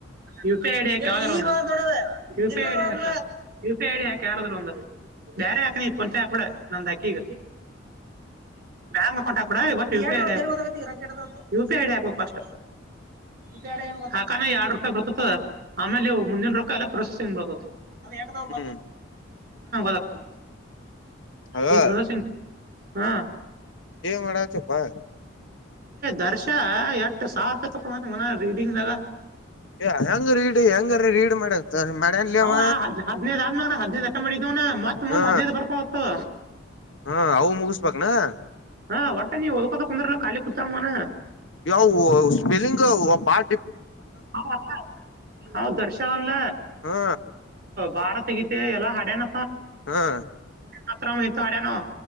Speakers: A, on the right; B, on the left.
A: U P ID U I. U P ID ಹಾಕ ಯಾರದ್ರು ಒಂದು ಬೇರೆ ಹಾಕ್ ನೀಿ ಪಂಚೆ ಹಾಕ್ಬಡ ನಂದ್ ಅಕ್ಕಿ ಈಗ. ಗಾ ಕಟ. ಇವ ಡಿ ಹಾಕ್ಬೇಕು ಸ್ಟ್. ಡೆ ಕಾನ ಯಡ್ರೊಪಾಯಿ ಬರ್ತದ ಆಮೇಲೆವು ಮುಂದಿನ ರೊಕ್ಕ ಎಲ್ಲ ಪ್ರೊಸೆಸಂಗ್ ಬರ ಹಾ
B: ಹ್ಮ್
A: ಗೊತ್ತಾಗ್ತ
B: ಹಲೋ
A: ಈ ಪ್ರೊಸೆಸಿಂಗ ಹಾ.
B: ಮಾಡಾಚಪ್ಪಾ.
A: ದರ್ಶ ಎಷ್ಟು ಸಾವಿರ ರೂಪಾಯಿ ತಗೊನ ರೀಡಿಂಗ್ ದಾಗ.
B: ಏ ಹೆಂಗ ರೀಡ್ ಹೆಂಗರೀ ರೀಡ್ ಮಾಡ. ಮಾಡ್ಯನ್ಲಿ
A: ಹ
B: ಅವ
A: ಹದ್ ಹದ್ೈದ್ ಆದ್ಮೇಾಗ ಹದ್ೈದು್ ಎಟ ಮಾಡಿದ್ವನ ಮತ್ತತ್ ಮುಂದ್
B: ಹಾ
A: ಹದ್ನೈದು್ ಬರ್ತಾ ಹೊತ್ತು.
B: ಹಾ ಅವು ಮುಗಿಸಬಕ್ನಾ.
A: ಹಾ ಒಟ್ಟ ನೀವು ಒದಕೋದ ಕುಂದ್ರಲ್ಲ ಾಲ ಕುೂತಾ್ನ.
B: ಯ ಸ್ಪೆಲಿಂಗ್ ಬಾ.
A: ಹ ಹೌ ದರ್ಶನ್ಲ
B: ಹಾ
A: ಭಾರತ. ಸಿಗತೆ ಎಲ್ಲ ಹಾಡನ.
B: ಹಾ
A: ಮಾತ್ರ ನಿಂತ ಅಡಾನೋ